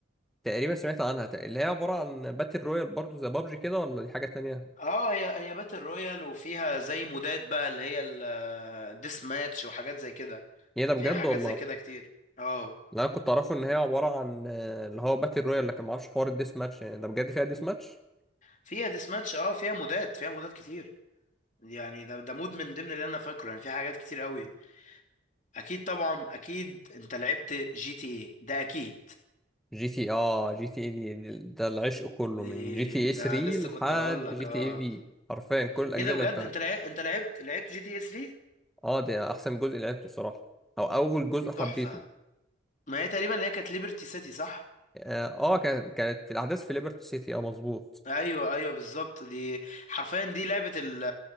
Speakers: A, in the centre; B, on the left.
A: تقريبا سمعت عنها تق- اللي هي عباره عن باتل رويال برضو زي بابجي كده ولا دي حاجه تانية
B: اه هي هي باتل رويال وفيها زي مودات بقى اللي هي الديس ماتش وحاجات زي كده
A: هي ده بجد
B: فيها حاجات
A: والله
B: زي كده كتير اه
A: لا أنا كنت اعرفه ان هي عباره عن آه، اللي هو باتل رويال لكن ما اعرفش حوار الديس ماتش يعني ده بجد فيها ديس ماتش
B: فيها ديس ماتش اه فيها مودات فيها مودات كتير يعني ده ده مود من ضمن اللي انا فاكره يعني في حاجات كتير قوي اكيد طبعا اكيد انت لعبت جي تي ايه ده اكيد
A: جي تي اه جي تي اي دي دي- ده العشق كله
B: دي
A: من جي تي
B: ده
A: اي 3
B: لسه
A: لحد
B: كنت هقول لك
A: جي
B: اه
A: تي اي في حرفيا كل الاجزاء
B: ايه ده
A: اللي
B: بجد
A: لعبتها
B: انت لعب... انت لعبت لعبت جي تي اس 3
A: اه ده احسن جزء لعبته صراحة او اول جزء
B: دي تحفه
A: حبيته
B: ما هي تقريبا اللي هي كانت ليبرتي سيتي صح
A: اه آه، كانت كانت الاحداث في ليبرتي سيتي اه مظبوط
B: ايوه ايوه بالظبط دي حرفيا دي لعبه ال-